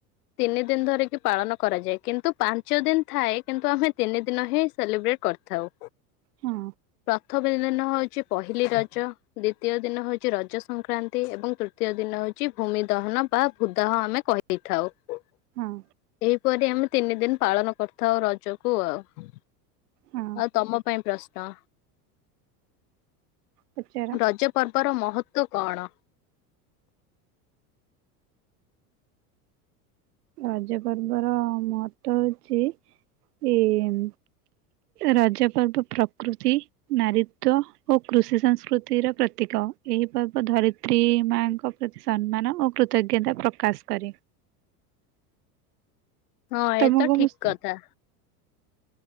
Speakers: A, on the left; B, on the right.
A: ତିନି ଦିନ ଧରିକି ପାଳନ କରାଯାଏ। କିନ୍ତୁ ପାଞ୍ଚ ଦିନ ଥାଏ କିନ୍ତୁ ଆମେ ତିନି ଦିନ ହିଁ ସେଲିବ୍ରେଟ୍ କରି ଥାଉ
B: ହଁ
A: ପ୍ରଥମ ଦିନ ହଉଛି ପହିଲି ରଜ, ଦ୍ଵିତୀୟ ଦିନ ହଉଛି ରଜ ସଂକ୍ରାନ୍ତି ଏବଂ ତୃତୀୟ ଦିନ ହଉଛି ଭୂମି ଦହନ ବା ଭୃଦାହ ଆମେ କହିଥାଉ।
B: ହଁ।
A: ଏହିପରି ଆମେ ତିନି ଦିନ ପାଳନ କରିଥାଉ ରଜକୁ ଆଉ।
B: ହଁ।
A: ଆଉ ତୋମ ପାଇଁ ପ୍ରଶ୍ନ।
B: ପଚାର
A: ରଜ ପର୍ବର ମହତ୍ଵ କଣ?
B: ରଜ ପର୍ବ ର ମହତ୍ଵ ହଉଛି ଇନ୍ ରଜ ପର୍ବ ପ୍ରକୃତି ନାରୀତ୍ଵ ଓ କୃଷି ସଂସ୍କୃତିର ପ୍ରତୀକ ଏହି ପର୍ବ ଧରିତ୍ରୀ ମାଙ୍କ ପ୍ରତି ସମ୍ମାନ ଓ କୃତଜ୍ଞତା ପ୍ରକାଶ କରେ।
A: ହଁ
B: ତୋମକୁ
A: ଏ ତ ଠିକ
B: ମୁସ୍
A: କଥା।